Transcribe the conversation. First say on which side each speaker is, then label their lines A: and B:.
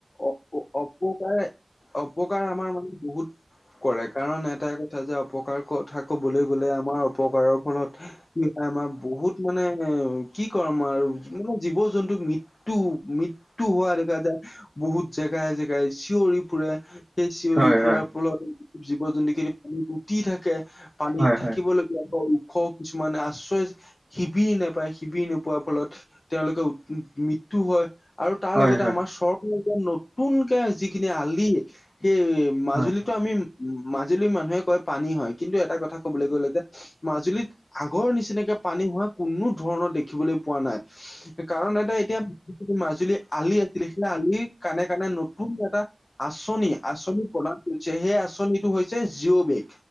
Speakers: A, on the left; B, on the right.
A: অপ-অপকাৰে অপকাৰ আমাৰ মানে বহুত- কৰে। কাৰণ এটাই কথা যে অপকাৰ কথা কবলৈ গ'লে আমাৰ অপকাৰৰ ফলত- কি হয় আমাৰ বহুত মানে কি কম আৰু মানে জীৱ-জন্তু মৃত- ত্যু, মৃত্যু হোৱা দেখা যায়, বহুত জেগাই-জেগাই চিঞৰি ফুৰে। সেই চিঞৰি
B: হয়
A: ফুুৰাৰ
B: হয় হয়
A: ফলত জীৱ-জন্তু খিনি পানীত উটি থাকে, পানীত
B: হয় হয়
A: থাকিব ল- গীয়া ওখ কিছুমান আশ্ৰয়- শিবিৰ নেপায়, শিবিৰ নোপোৱাৰ ফলত তেওঁলোকে মৃত্যু হয়। আৰু তাৰ
B: হয়
A: লগতে
B: হয়
A: আমাৰ চৰ - নতুনকে যিখিনি আলি, সেই মাজুলীটো
B: হয়
A: আমি মাজু- লী মানুহে কয় পানী হয়, কিন্তু এটা কথা কবলৈ গ'লে যে মাজুলীত- আগৰ নিচিনাকে পানী হোৱা কোনো ধৰণৰ দেখিবলৈ পোৱা নাই। কাৰণ এটা এতিয়া যিটো মাজুলীৰ আলি আছিলে, সেই আলিৰ কাণে-কাণে নতুন এটা- আঁচনি-আঁচনি প্ৰদান কৰিছে সেই আঁচনিটো হৈছে জি'অ বেগ।